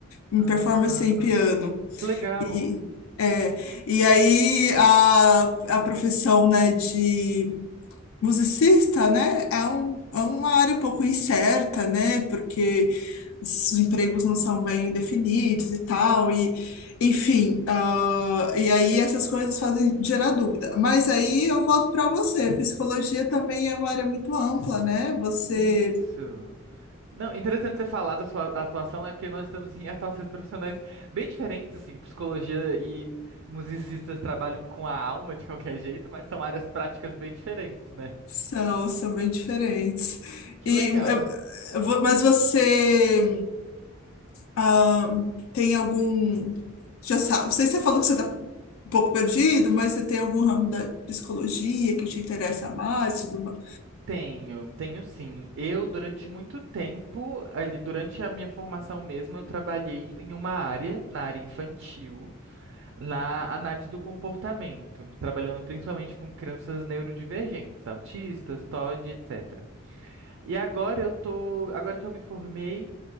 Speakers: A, on the left; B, on the right.
A: em
B: Ah,
A: performance em piano.
B: que legal.
A: E, é, e aí a, a profissão, né, de musicista, né, é, um, é uma área um pouco incerta, né, porque os empregos não são bem definidos e tal, e enfim, ah, e aí essas coisas fazem gerar dúvida. Mas aí eu volto para você, psicologia também é uma área muito ampla, né, você...
B: Isso. Não, interessante você falar da sua atuação, né? Porque nós estamos em atuações profissionais bem diferentes, assim. Psicologia e musicistas trabalham com a alma de qualquer jeito, mas são áreas práticas bem diferentes, né?
A: São, são bem diferentes.
B: Que
A: E,
B: legal.
A: eh, vo- mas você ah, tem algum. Já sabe, não sei se você falou que você está um pouco perdido, mas você tem algum ramo da psicologia que te interessa mais? Tudo mais?
B: Tenho, tenho sim. Eu, durante muito tempo, ali, durante a minha formação mesmo, eu trabalhei em uma área, na área infantil, na análise do comportamento, trabalhando principalmente com crianças neurodivergentes, autistas, TOD, etc. E agora eu tô, agora que eu me formei,